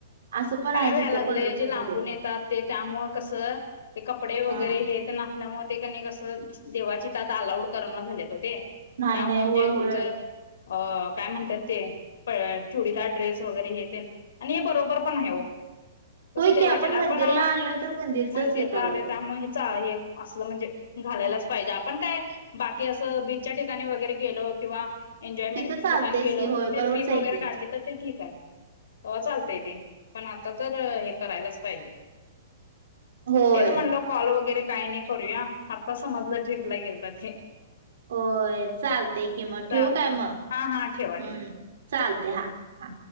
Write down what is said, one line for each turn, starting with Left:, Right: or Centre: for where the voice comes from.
Right: असं पण
Left: काय
Right: आहे
Left: व्हायला
Right: तिथं
Left: लागलंय
Right: पंढरपूरमध्ये.
Left: जे लांबून येतात ते त्यामु कसं ते कपडे वगैरे
Right: हां,
Left: हे ते नाचल्यामुळे मग ते कनी कसं देवाची तत अलाउड करण झालेत होते
Right: नाही
Left: त्यामुळे
Right: नाही. होय
Left: जे
Right: होय.
Left: तुमचं अ काय म्हणतात ते प चुडीदार ड्रेस वगैरे हे ते आणि हे बरोबर पण आहे कसं
Right: होय
Left: देवाच्या
Right: की मंदिरला
Left: आपण
Right: आलोय तर मंदिरचंच
Left: मंदिर
Right: हे करायला
Left: लावले
Right: पाहिजे.
Left: त्यामुळे हे अस म्हणजे घालायलाच पाहिजे आपण काय बाकी असं बीचच्या ठिकाणी वगैरे गेलो किंवा एन्जॉयमेंट
Right: तिथं चालतेच
Left: ठिकाण गेल
Right: की होय
Left: ते
Right: बरोबरच
Left: ट्रिप
Right: आहे
Left: वगैरे
Right: की
Left: काढली तर ते ठीक आहे हो चालतय ते पण आता तर हे करायलाच पाहिजे
Right: होय
Left: तेच म्हणलो कॉल वगैरे काही नाही करूया आता समजला ट्र्रीपला गेलत
Right: होय चालते कि मग
Left: चालते
Right: ठेव काय मग
Left: हा हा ठेवा ठेवा
Right: हम्म चालते हा हा